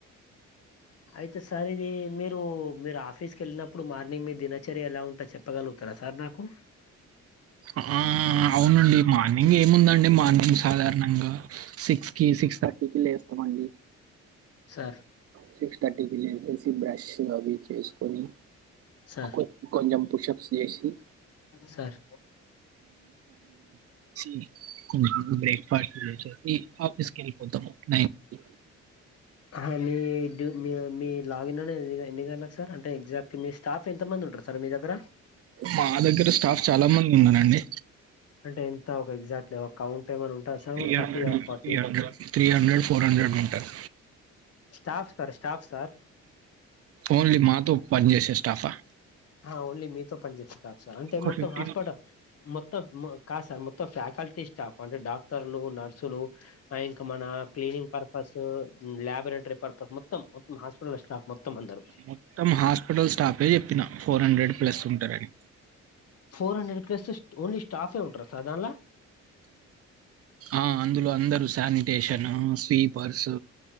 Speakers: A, on the left; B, on the right.
A: అయితే సార్ ఇది మీరు మీరు ఆఫీస్‌కి ఎళ్ళినప్పుడు మార్నింగ్ మీ దినచర్య ఎలా ఉంట చె ప్పగలుగుతారా సార్ నాకు
B: ఆ అవునండి మార్నింగ్ ఏముందండి మార్నింగ్ సాధారణంగా సిక్స్‌కి సిక్స్ థర్టీ‌కి లేస్తామండి
A: సార్
B: సిక్స్ థర్టీకిి లేచేసి బ్రష్ అవి చేసుకొని
A: సార్
B: కొ- కొంచెం పుషప్స్ చేసి
A: సార్
B: స కొంచము బ్రేక్ ఫాస్ట్ చేసేసి ఆఫీస్‌కి ఎళ్ళిపోతాము నైన్ కి
A: ఆహా మీ డ్యు మీ మీ లాగిన్ అనేది ఎన్ని గంటలకి సార్ అంటే ఎగ్జాక్ట్ మీ స్టాఫ్ ఎంత మంది ఉంటారు సార్ మీ దగ్గర
B: మా దగ్గర స్టాఫ్ చాలా మంది ఉన్నారండి
A: అంటే ఎంత ఒక ఎగ్జాక్ట్లీ ఒక కౌంట్ ఏమన్నా ఉంటాదా sir
B: three
A: oh
B: hundred
A: thirty or forty
B: three hundred three hundred four hundred ఉంటారు
A: staff sir staff sir
B: only మాతో పనిచేసే స్టాఫా
A: ఆ ఓన్లీ మీతో పని చేేస్తే స్టాఫ్ సార్ అంటే
B: ఒక
A: మొత్తం
B: ఫిఫ్టీన్
A: హాస్పిట మొత్తం ము కాదు సార్ మొత్తం ఫ్యాకల్టీ స్టాఫ్ అంటే డాక్టర్లు నర్సులు ఇంకా మన క్లీనింగ్ పర్పస్ ల్యాబరేటరీ పర్పస్ మొత్తం మొత్తం హాస్పిటల్ స్టాఫ్ మొత్తం అందరు
B: మొత్తం హాస్పిటల్ స్టాఫే చెప్పిన ఫోర్ హండ్రెడ్ ప్లస్ ఉంటారని
A: ఫోర్ హండ్రెడ్ ప్లస్ ఓన్లీ స్టాఫే ఉంటారా సార్ దాన్లా
B: ఆ అందులో అందరూ శానిటేషన్ స్వీపర్స్